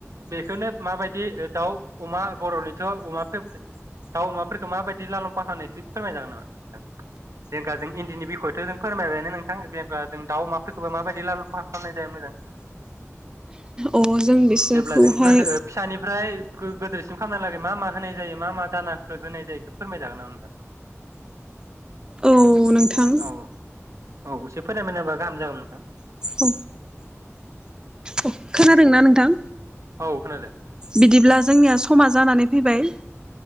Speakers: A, on the right; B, on the right.
A: बेखौनो माबायदि दाउ अमा बर'निथ' अमा फेब्रेद दाउ अमा फोरखो माबायदि लाललाम्फा होनो फोरमाय जागोन नामा नोंथां जेंगाजों इन्दिनि बिखयथ' जों फोरमायबायनो नोंथां बेेंगाजों दाउ अमाफोरखौबो माबायदि लाललाम्फा खालामनाय जायो मोजां
B: अ जों बिसोरखौहाय
A: <inaudible> जेब्ला जों गोदो फिसानिफ्राय गोदोरसिम फाननाया लागै मा मा होनाय जायो मा मा दाना होनाय जायो फोरमायजागोन नामा नोंथां?
B: औ नोंथां
A: औ औ एसे फोरमायना होबा गाहाम जागोन नोंथां
B: औ औ खोनादोंना नोंथां
A: औ खोनादो
B: बिदिब्ला जोंनिया समा जानानै फैबाय